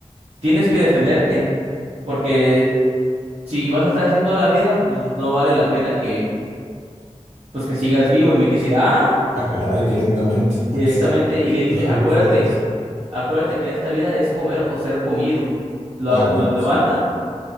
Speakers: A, on the right; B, on the right.
A: Tienes que defenderte porque si vas a estar así toda la vida, pues no vale la pena que, pues que sigas vivo y me quedé así de, ah,
B: Ah, caray, directamente.
A: directamente,
B: <laughs> O sea,
A: y le dice,
B: algo
A: acuérdate,
B: fuerte.
A: acuérdate que en esta vida es comer o ser comido. Lo,
B: Ah, bueno,
A: lo levanta
B: sí.